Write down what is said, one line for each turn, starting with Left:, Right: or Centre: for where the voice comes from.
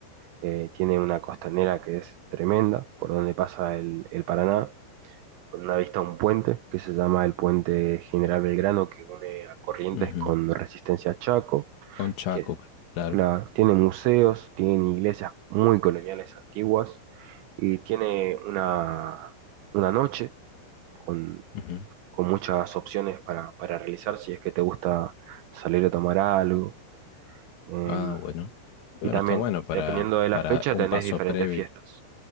Right: Eh, tiene una costanera que es tremenda, por donde pasa el, el Paraná, con una vista a un puente que se llama el Puente General Belgrano, que une a Corrientes
Left: Ujú.
Right: con Resistencia Chaco.
Left: Con Chaco,
Right: que
Left: cl- claro.
Right: Claro, tiene museos, tiene iglesias muy coloniales antiguas y tiene una, una noche con,
Left: Ujú.
Right: con muchas opciones para, para realizar si es que te gusta salir a tomar algo. em,
Left: Ah, bueno. Bueno,
Right: y también,
Left: está bueno para,
Right: dependiendo de la
Left: para
Right: fecha,
Left: un
Right: tenés
Left: paso
Right: diferentes
Left: previo.
Right: fiestas.